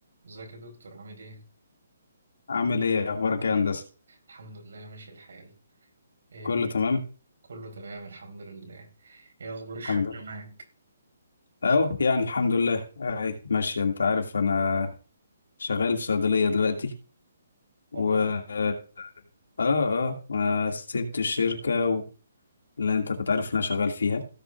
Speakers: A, on the right (about 80°); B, on the left (about 75°).
A: ازيك يا دكتور عامل ايه؟
B: عامل ايه اخبارك ايه يا هندسه
A: الحمد لله ماشي الحال ايه
B: كله تمام
A: كله تمام الحمد لله ايه اخبار الشغل
B: الحمد لله
A: معاك؟
B: اهو يعني الحمد لله اهي ماشي انت عارف انا شغال في صيدليه دلوقتي و
A: والله
B: اه اه ما سبت الشركه و- اللي انت كنت عارف إن انا شغال فيها